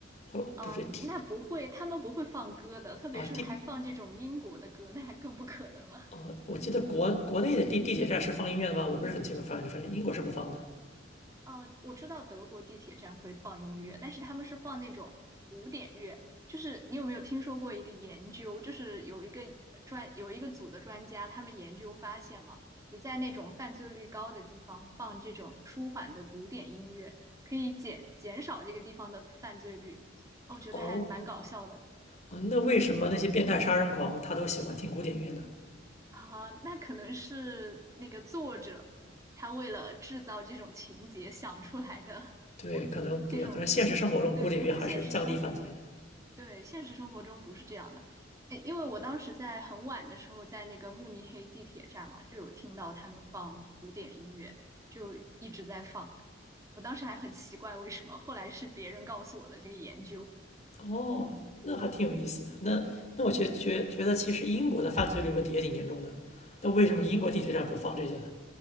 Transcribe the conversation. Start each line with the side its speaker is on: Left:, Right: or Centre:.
Left: 或不是地
Right: 嗯，那不会，他们不会放歌的，特别是还放这种英国的歌，
Left: 啊地
Right: 那还更不可能了。
Left: 哦，我记得国国内的地地铁站是放音乐的吗？我不是很清楚，反正反正英国是不放的。
Right: 嗯，我知道德国地铁站会放音乐，但是他们是放那种古典乐。就是你有没有听说过一个研究，就是有一个专有一个组的专家，他们研究发现嘛，你在那种犯罪率高的地方放这种舒缓的古典音乐，可以减减少这个地方的犯罪率。哦，我觉得还蛮搞笑的。
Left: 哦哦，那为什么那些变态杀人狂他都喜欢听古典音乐呢？
Right: 啊，那可能是那个作者他为了制造这种情节想出来的
Left: 对，
Right: <laughs>
Left: 可能不一样，
Right: 这种，
Left: 可能现实生活中古典音乐还是降低犯罪。
Right: 对，可能现实生活中，对，现实生活中不是这样的。诶因为我当时在很晚的时候，在那个慕尼黑地铁站嘛，就有听到他们放古典音乐，就一直在放。我当时还很奇怪为什么，后来是别人告诉我的这个研究。
Left: 哦，那还挺有意思的。那那我觉觉觉得，其实英国的犯罪率问题也挺严重的。那为什么英国地铁站不放这些呢？